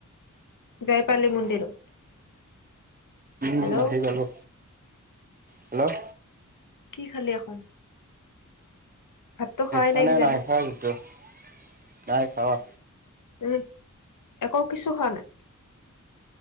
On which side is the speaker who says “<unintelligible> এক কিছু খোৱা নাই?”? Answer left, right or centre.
Left